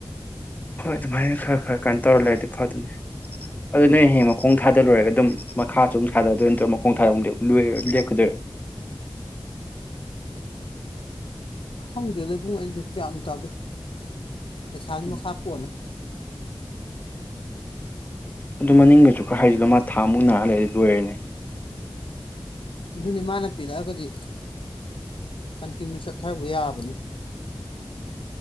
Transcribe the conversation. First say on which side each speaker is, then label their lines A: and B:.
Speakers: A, on the left (about 20°); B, on the left (about 75°).
A: ꯍꯣꯏ ꯑꯗꯨꯃꯥꯏꯅ ꯈꯔ ꯈꯔ ꯀꯥꯏ ꯇꯧꯔ ꯂꯩꯔꯗꯤ ꯐꯗꯅꯤ ꯑꯗꯨ ꯅꯣꯏ ꯍꯌꯦꯡ ꯃꯈꯣꯡ ꯊꯥꯗ ꯗ ꯂꯣꯏꯔꯒ ꯑꯗꯨꯝ ꯃꯈꯥꯁꯨ ꯊꯥꯗꯣꯏꯔ ꯅꯠꯇ꯭ꯔꯣ ꯃꯈꯣꯡ ꯊꯥꯗꯣꯏ ꯂꯦꯞꯀꯗꯣꯏꯔꯥ
B: ꯈꯪꯗꯦꯗ ꯏꯕꯨꯡꯌꯣ ꯑꯩꯗꯣ ꯇꯤꯌꯥꯟ ꯇꯗꯦ ꯄꯩꯁꯥꯒꯤ ꯃꯈ
A: ꯎꯝ
B: ꯍꯣꯟꯅꯦ
A: ꯑꯗꯨ ꯃꯅꯤꯡꯒꯁꯨ ꯈꯔ ꯍꯥꯏꯖꯤꯂꯣ ꯃꯥ ꯊꯥ ꯃꯨꯛ ꯅꯥ ꯂꯩꯗꯤ ꯂꯣꯏꯔꯦꯅꯦ
B: ꯑꯗꯨꯅꯦ ꯃꯥꯅ ꯄꯤꯔꯛꯑꯒꯗꯤ ꯀꯟꯆꯤꯡꯗꯨ ꯆꯠꯊꯔꯨꯕ ꯌꯥꯕꯅꯤ